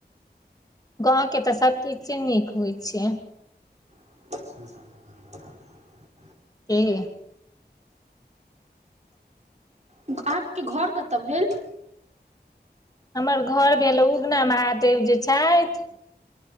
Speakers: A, on the left (about 20°); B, on the right (about 40°).
A: गाँवके तऽ सभकीछु नीक होइ छै
B: <inaudible>
A: कि
B: अहाँके घर कतऽ भेल
A: हमर घर भेल उगना महादेव जे छथि